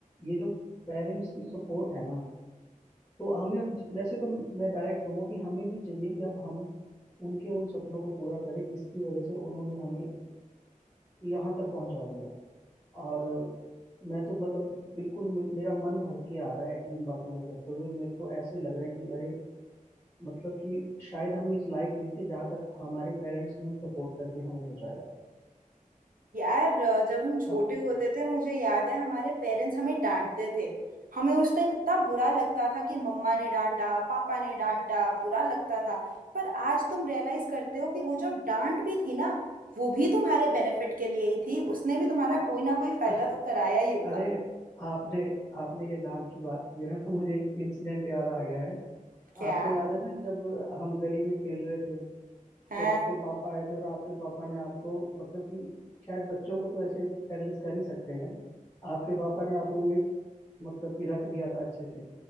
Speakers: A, on the left; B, on the right.
A: ये जो पेरेंट्स की सपोर्ट है ना तो हमें अब वैसे तो मैं डायरेक्ट कहूँगा कि हमें भी चाहिए कि अब हम उनके उन सपनों को पूरा करें जिसकी वजह से उन्होंने हमें यहाँ तक पहुँचा दिया और मैं तो मतलब बिल्कुल म- मेरा मन भर के आ रहा है इन बातों को करते हुए मेरे को ऐसे लग रहा है कि अरे मतलब कि शायद हम इस लायक नहीं थे जहाँ तक हमारे पेरेंट्स ने सपोर्ट करके हमें पहुँचाया
B: यार अ, जब हम छोटे
A: अ-
B: होते थे मुझे याद है हमारे पेरेंट्स हमें डांटते थे हमें उस टाइम इतना बुरा लगता था कि मम्मा ने डांटा पापा ने डांटा बुरा लगता था पर आज तुम रियलाइज करते हो कि वो जो डांट भी थी ना वो भी तुम्हारे बेनिफिट के लिए ही थी उसने भी तुम्हारा कोई ना कोई फायदा
A: <laughs>
B: तो कराया ही होगा
A: अरे आपने आपने ये डांट की बात की है ना तो मुझे एक इंसिडेंट याद आ गया है
B: क्या
A: आपको याद है ना जब हम गली में खेल रहे थे
B: है
A: तो आपके पापा आए थे और आपके पापा ने आपको मतलब कि शायद बच्चों को तो ऐसे पेरेंट्स कर ही सकते हैं आपके पापा ने आपको एक मतलब कि रख दिया था अच्छे से